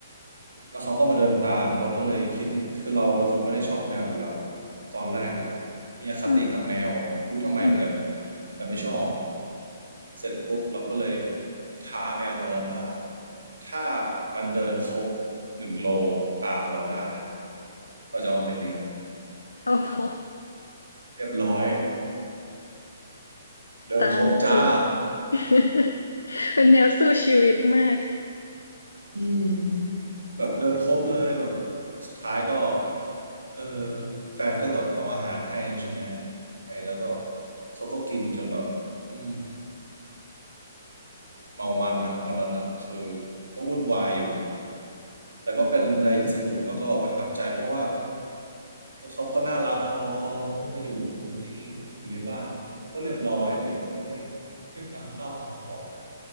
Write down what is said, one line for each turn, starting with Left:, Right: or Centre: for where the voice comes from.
Right: แล้วเขาก็มาเดินตามเราก็เลยคิดที่คือเราเป็นคนไม่ได้ชอบแมวอยู่แล้วตอนแรกนะมีอคติกับแมวอะรู้ทำไมเหมือนกัน
Left: อืมอืม
Right: แต่ไม่ชอบอะเสร็จปุ๊บเราก็เลยท้าแมวตัวนั้นว่าถ้ามันเดินครบหนึ่งโลตามเราได้เราจะเอามันไปเลี้ยง
Left: โอ้โห
Right: เรียบร้อยเดินครบจ้า
Left: ตามจริง <laughs> เป็นแมวสู้ชีวิตมาก
Right: อืม แบบเดินครบเลยแบบสุดท้ายก็เออแฟนก็แบบเอาอาหารให้ใช่ไหมให้แล้วก็เขาก็กินจนแบบอืมเมามันอะวันนั้นอะคือก็วุ่นวายอยู่แต่ก็เป็นอะไรที่สนุกแล้วก็ประทับใจเพราะว่า
Left: อืม
Right: เขาก็น่ารักพอเขาได้มาอยู่ตรงนี้อยู่ในบ้านก็เรียบร้อยอะไรอย่างเงี้ยก็ไม่ไม่พังข้าวพังของอะ